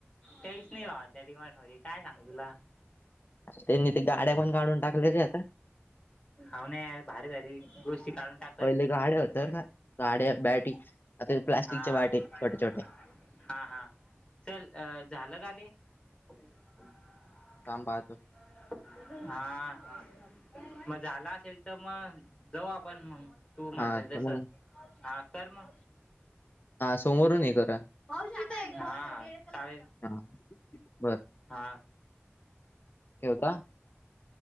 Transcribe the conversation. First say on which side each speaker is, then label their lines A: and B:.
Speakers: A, on the left; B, on the left.
A: त्याहीच नाही बा त्या डिमार्ट मध्ये काय सांग तुला
B: त्यांनी ते गाड्या पण काढून टाकलेली आता.
A: अवन भारी भारी गोष्टी काढून टाक
B: पहिले गाड्या होत्या
A: <unintelligible>
B: बरं का गाड्या बॅटी आता प्लास्टिकच्या
A: हा <unintelligible>
B: बॅटी छोट्या छोट्या
A: हा हा. चल अ झालं का ते? <unintelligible>
B: काम पाहतो
A: हा. मग झाला असेल तर मग जाऊ आपण मग. तू म्हणलं
B: हा तर
A: जस.
B: मग
A: हा कर मग.
B: हा समोरून हे करूया.
A: हा चालेल.
B: हा बर
A: हा
B: ठेवतो हा.